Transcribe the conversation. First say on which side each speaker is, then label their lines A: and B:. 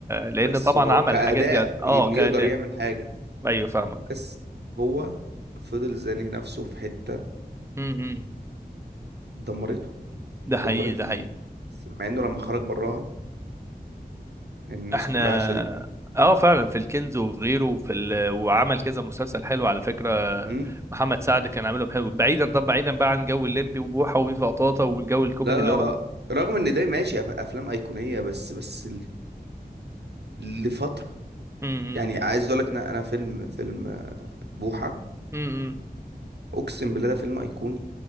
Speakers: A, on the right (about 15°); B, on the right (about 80°).
A: لان
B: بس
A: طبعا
B: هو
A: عمل
B: كأداء
A: حاجات جد اه
B: إن
A: كده
B: يقدر يعمل حاجة
A: ايوه فاهمه
B: بس هو فضل زانق نفسه في حتة
A: امم
B: دمرته
A: ده حقيقي
B: دمرته
A: ده حقيقي
B: بس مع إنه لما خرج براها يعني الناس
A: احنا
B: كلها شادت بيه
A: اه فعلا في الكنز وفي غيره وفي ال... وعمل كذا مسلسل حلو على فكره
B: مم.
A: محمد سعد كان عاملهم حلو بعيدا طب بعيدا بقى عن جو الليمبي وبوحه وفيفا طاطا والجو الكوميدي
B: لا لا
A: اللي هو
B: آه. رغم ان ده ماشي أف- افلام ايقونيه بس بس ل- لفتره
A: امم
B: يعني عايز اقول لك ان انا فيلم فيلم بوحه
A: امم
B: اقسم بالله ده فيلم ايقوني